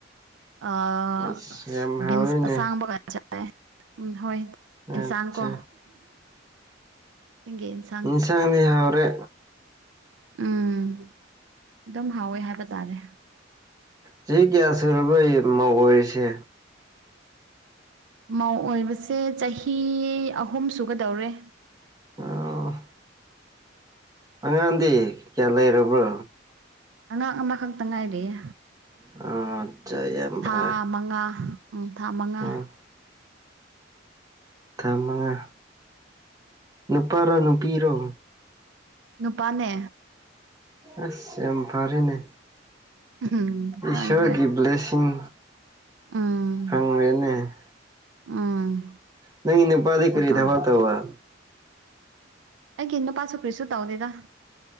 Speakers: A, on the right; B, on the right.
A: ꯑꯥ
B: ꯑꯁ ꯌꯥꯝ ꯍꯥꯎꯅꯤꯅꯦ
A: ꯕꯤꯟꯁ ꯑꯁꯥꯡꯕꯒ ꯆꯥꯏ ꯎꯝ ꯍꯣꯏ
B: ꯑꯠꯆꯥ
A: ꯌꯦꯟꯁꯥꯡ ꯀꯣ ꯆꯤꯡꯒꯤ ꯑꯦꯟꯁ
B: ꯑꯦꯟꯁꯥꯡꯗꯤ ꯍꯥꯎꯔꯦ
A: ꯎꯝ ꯑꯗꯨꯝ ꯍꯥꯎꯋꯦ ꯍꯥꯏꯕ ꯇꯥꯔꯦ
B: ꯆꯍꯤ ꯀꯌꯥ ꯁꯨꯔꯕꯣꯌꯦ ꯃꯧ ꯑꯣꯏꯔꯤꯁꯦ
A: ꯃꯧ ꯑꯣꯏꯕꯁꯦ ꯆꯍꯤ ꯑꯍꯨꯝ ꯁꯨꯒꯗꯧꯔꯦ
B: ꯎꯝ ꯑꯉꯥꯡꯗꯤ ꯀꯌꯥ ꯂꯩꯔꯕ꯭ꯔꯣ
A: ꯑꯉꯥꯡ ꯑꯃꯈꯛꯇ ꯉꯥꯏꯔꯤꯌꯦ
B: ꯑꯠꯆꯥ ꯌꯥꯝ
A: ꯊꯥ
B: ꯐꯔꯦ
A: ꯃꯉꯥ ꯎꯝ ꯊꯥ ꯃꯉꯥ
B: ꯎꯝ ꯊꯥ ꯃꯉꯥ ꯅꯨꯄꯥꯔꯣ ꯅꯨꯄꯤꯔꯣ
A: ꯅꯨꯄꯥꯅꯦ
B: ꯑꯁ ꯌꯥꯝ ꯐꯔꯦꯅꯦ
A: ꯎꯝ ꯈꯪꯗ꯭ꯔꯦ
B: ꯏꯁꯣꯔꯒꯤ ꯕ꯭ꯂꯦꯁꯤꯡ
A: ꯎꯝ
B: ꯍꯪꯉꯦꯅꯦ
A: ꯎꯝ
B: ꯅꯪꯒꯤ ꯅꯨꯄꯥꯗꯤ ꯀꯔꯤ
A: ꯅꯨꯄꯥ
B: ꯊꯕꯛ ꯇꯧꯕ꯭ꯔ
A: ꯑꯩꯒꯤ ꯅꯨꯄꯥꯁꯨ ꯀꯔꯤꯁꯨꯨ ꯇꯧꯗꯦꯗ